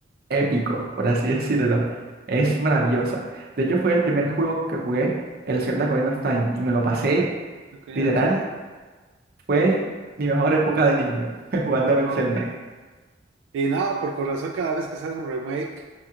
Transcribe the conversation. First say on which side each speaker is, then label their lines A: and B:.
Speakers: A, on the right; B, on the right.
A: épico, por así <laughs> decirlo. Es maravillosa. De hecho, fue el primer juego que jugué, el Zelda Ocarina of Time, y me lo pasé,
B: Ok.
A: literal,
B: chale.
A: fue mi mejor época de niño, <laughs> jugándome el
B: Ok.
A: Zelda.
B: Y no, por corazón, cada vez que sale un remake,